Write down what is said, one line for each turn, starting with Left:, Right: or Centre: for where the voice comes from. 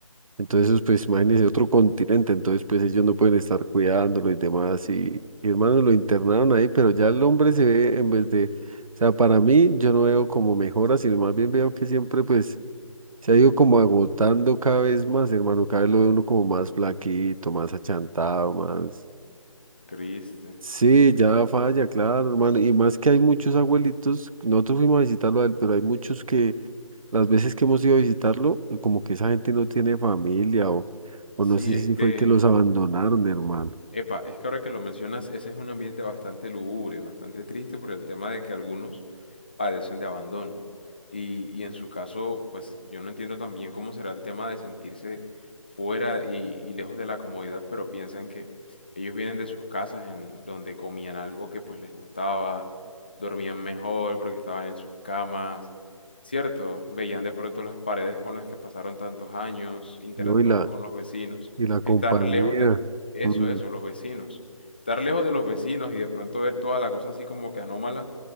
Right: Entonces, pues imagínense otro continente, entonces pues ellos no pueden estar cuidándolo y demás. Y, y, hermano, lo internaron ahí, pero ya el hombre se ve en vez de, o sea, para mí yo no veo como mejora, sino más bien veo que siempre pues se ha ido como agotando cada vez más, hermano, cada vez lo ve uno como más flaquito, más achantado, más...
Left: triste.
Right: Sí, ya falla, claro, hermano. Y más que hay muchos abuelitos, nosotros fuimos a visitarlo a él, pero hay muchos que las veces que hemos ido a visitarlo, como que esa gente no tiene familia o no
Left: Sí,
Right: sé
Left: es
Right: si
Left: que
Right: fue que los abandonaron, hermano.
Left: Epa, es que ahora que lo mencionas, ese es un ambiente bastante lúgubre, bastante triste por el tema de que algunos padecen de abandono. Y, y en su caso, pues yo no entiendo también cómo será el tema de sentirse fuera y, y lejos de la comodidad, pero piensan que ellos vienen de sus casas en donde comían algo que pues les gustaba, dormían mejor porque estaban en sus camas, ¿cierto? Veían de pronto las paredes con las que pasaron tantos años, interactuaban
Right: No, y la,
Left: con los vecinos
Right: y la compañía.
Left: estar lejos de, eso,
Right: Mm,
Left: eso, los vecinos. Estar lejos de los vecinos y de pronto ver toda la cosa así como que anómala,